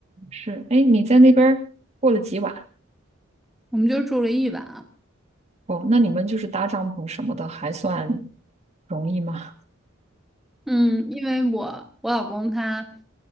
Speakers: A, on the right; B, in the centre.
A: 是。哎，你在那边儿过了几晚？
B: 我们就住了一晚。
A: 哦，那你们就是搭帐篷什么的，还算容易吗？
B: 嗯，因为我我老公他